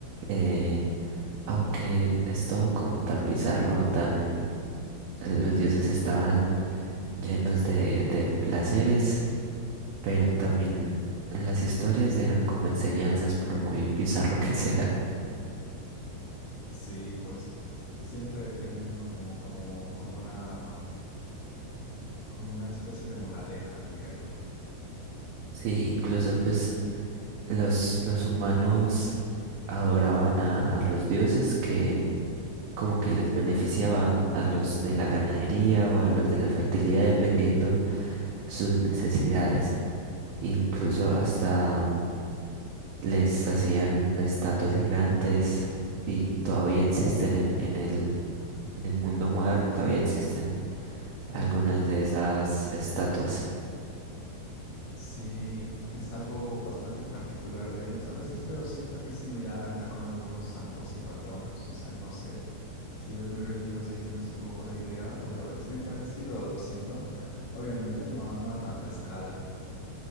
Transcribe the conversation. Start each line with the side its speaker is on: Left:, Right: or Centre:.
Right: eh, aunque es todo como tan bizarro, tan... Los dioses estaban llenos de, de placeres, pero también en las historias dejan como enseñanzas por muy bizarro que <laughs> sea.
Left: Sí, pues siempre tienen como, como, como una, como una especie de moraleja, diría yo.
Right: Sí, incluso pues los, los humanos adoraban a, a los dioses que como que les beneficiaba a los de la ganadería o a los de la fertilidad, dependiendo sus necesidades. Incluso hasta les hacían estatuas gigantes y todavía existen en, en el, en el mundo moderno, todavía existen algunas de esas estatuas.
Left: Sí, es algo bastante particular de ellas a veces, pero siento que es similar acá con algunos santos y patronos. O sea, no sé si eres muy religiosa y tienes un poco de idea, pero es bien parecido, lo siento. Obviamente no, a- no a tanta escala.